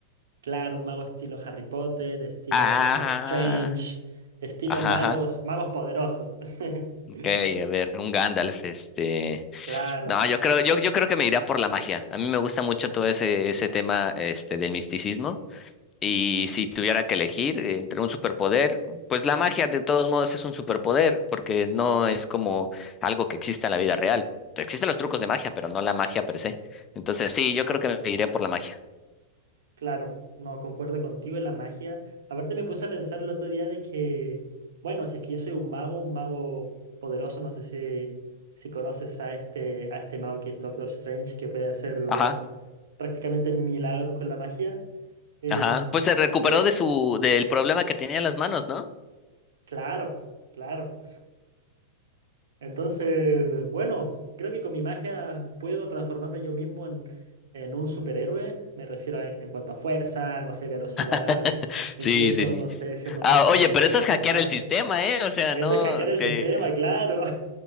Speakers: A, on the right (about 75°); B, on the left (about 30°).
A: Claro, un mago estilo Harry Potter, estilo
B: Ah,
A: Doctor Strange, estilo
B: ajá,
A: magos,
B: ajá.
A: magos poderosos. <laughs>
B: Ok, a ver, un Gandalf, este.
A: Claro.
B: No, yo creo, yo, yo creo que me iría por la magia. A mí me gusta mucho todo ese, ese tema este, del misticismo. Y si tuviera que elegir eh, entre un superpoder, pues la magia de todos modos es un superpoder, porque no es como algo que exista en la vida real. Existen los trucos de magia, pero no la magia per se. Entonces sí, yo creo que me iría por la magia.
A: Claro, no, concuerdo contigo en la magia. Aparte me puse a pensar el otro día de que, bueno, si es que yo soy un mago, un mago poderoso, no sé si, si conoces a este, a este mago que es Doctor Strange, que puede hacer,
B: Ajá,
A: bueno, prácticamente milagros con la magia. Em,
B: ajá. Pues se recuperó
A: creo,
B: de su, del problema que tenía en las manos, ¿no?
A: claro, claro. Entonces, bueno, creo que con mi magia puedo transformarme yo mismo en, en un superhéroe. Me refiero a- en cuanto a fuerza, no sé, velocidad,
B: <laughs>
A: incluso,
B: Sí, sí, sí.
A: no sé, siendo
B: Ah,
A: mago me
B: oye,
A: puedo
B: pero
A: teletransportar.
B: eso es hackear el sistema, ¿eh? O sea,
A: Eso
B: no,
A: es hackear el
B: que
A: sistema, claro.